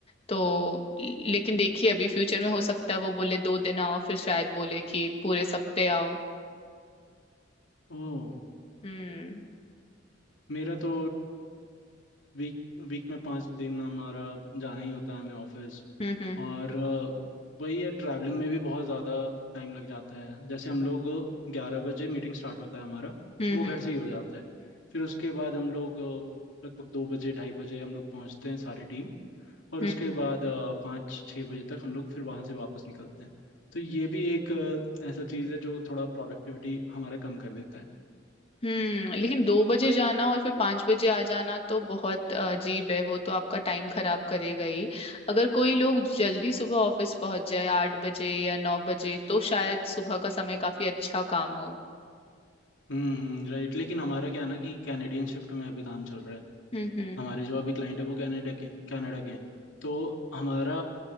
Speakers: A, on the left; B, on the left.
A: तो लेकिन देखिए अभी फ्यूचर में हो सकता है वो बोले दो दिन आओ फिर शायद बोले कि पूरे सप्ते आओ
B: ओह
A: हम्म
B: मेरा तो वीक वीक में पाँच दिन हमारा जाना ही होता है हमें ऑफिस
A: हम्म हम्म
B: और अ, वही है ट्रैवलिंग में भी बहुत ज़्यादा टाइम लग जाता है जैसे हम लोग ग्यारह बजे मीटिंग स्टार्ट होता है हमारा
A: हम्म
B: तो वो घर से ही हो जाता है फिर उसके बाद हम लोग अ, लगभग दो बजे ढाई बजे हम लोग पहुंचते हैं सारी टीम और
A: हम्म
B: उसके बाद अ, पाँच छः बजे तक हम लोग फिर वहाँ से वापस निकलते हैं तो ये भी एक अ, ऐसा चीज़ है जो थोड़ा प्रोडक्टिविटी हमारा कम कर देता है
A: हम्म लेकिन दो बजे जाना और फिर पांच बजे आ जाना तो बहुत अजीब है वो तो आपका टाइम खराब करेगा ही अगर कोई लोग जल्दी सुबह ऑफिस पहुंच जाए आठ बजे या नौ बजे तो शायद सुबह का समय काफी अच्छा काम हो
B: हम्म राइट लेकिन हमारा क्या है ना कि कैनेडियन शिफ्ट में अभी काम चल रहा है
A: हम्म हम्म
B: हमारे जो अभी क्लाइंट है वो कनाडा के कनाडा के हैं तो हमारा